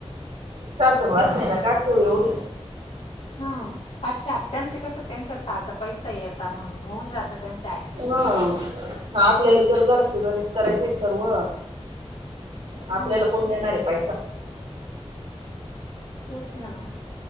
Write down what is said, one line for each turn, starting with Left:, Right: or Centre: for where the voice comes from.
Right: सासूरवास ये ना <unintelligible> एवढी.
Left: <inaudible> ह पाचशे आत त्याचं कसं, त्यांच ताजा पैसा हाय त्यांचं होऊन जातं त्याचं अॅडजे
Right: वं.. आपल्याला तर घरच्या घरीच करायचाय आहे सर्व. आपल्याला
Left: हा
Right: कोण देणाराय पैसा.
Left: तेच ना मग.